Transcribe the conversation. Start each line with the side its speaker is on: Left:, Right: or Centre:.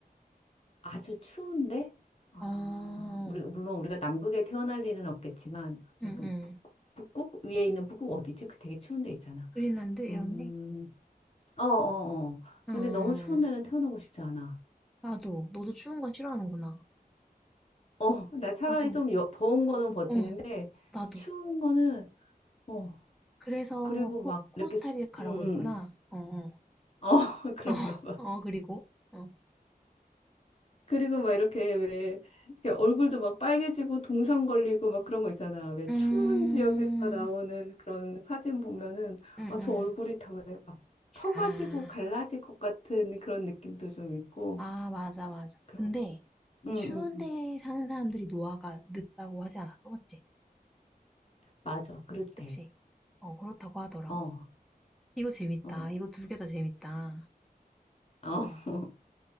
Left: 아주 추운데, 아,
Centre: 어,
Left: 우리, 물론 우리가 남극에 태어날 일은 없겠지만,
Centre: 응응.
Left: 약간 북, 북극 위에 있는 북극 어디지? 그 되게 추운 데 있잖아.
Centre: 그린란드 이런
Left: 음,
Centre: 데?
Left: 어, 어, 어. 근데
Centre: 어,
Left: 너무 추운 데는 태어나고 싶지 않아.
Centre: 나도. 너도 추운 건 싫어하는구나.
Left: 어, 나 차라리
Centre: 나도.
Left: 좀 여, 더운 거는 버티는데,
Centre: 어, 나도.
Left: 추운 거는, 어,
Centre: 그래서
Left: 그리고
Centre: 코,
Left: 막
Centre: 코스타리카라고
Left: 이렇게, 수, 음, 음.
Centre: 했구나.
Left: 음.
Centre: 어, 어.
Left: 어, <laughs> 그런가
Centre: <laughs> 어,
Left: 봐.
Centre: 어, 그리고? 어.
Left: 그리고 막 이렇게 왜 이렇게 얼굴도 막 빨개지고 동상 걸리고 막 그런 거 있잖아. 왜
Centre: 음,
Left: 추운 지역에서 나오는 그런 사진 보면은
Centre: 응응.
Left: 아, 저 얼굴이 다 왜 막 터가지고
Centre: 아,
Left: 갈라질 것 같은 그런 느낌도 좀 있고.
Centre: 아, 맞아, 맞아.
Left: 그런
Centre: 근데
Left: 응응응
Centre: 추운데 사는 사람들이 노화가 늦다고 하지 않았어? 맞지?
Left: 맞아 그렇대.
Centre: 그치? 어, 그렇다고 하더라.
Left: 어
Centre: 이거 재밌다.
Left: 어.
Centre: 이거 두 개 다 재밌다.
Left: 어. <laughs>